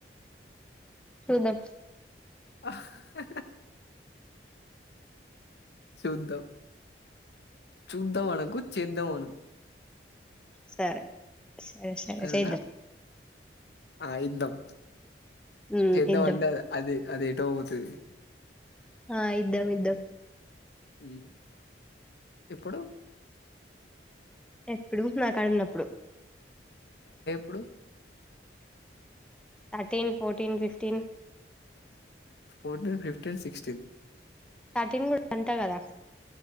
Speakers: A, in the centre; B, on the left (about 65°).
A: చుద్దాం
B: హ హ చూద్దాం చూద్దాం అనకు చేద్దాం అను
A: సరే సరే సరే
B: సరేనా
A: చేద్దం
B: ఆ ఇద్దం
A: ఉమ్
B: చేద్దం
A: ఇద్దాం
B: అంటే అది అదేటోపోతది
A: ఆ ఇద్దం ఇద్దం
B: ఉమ్ ఎప్పుడు
A: ఎప్పుడు నాకడున్నప్పుడు
B: ఇప్పుడు
A: thirteen fourteen fifteen
B: fourteen fifteen sixteen
A: starting కూడా అంటా కదా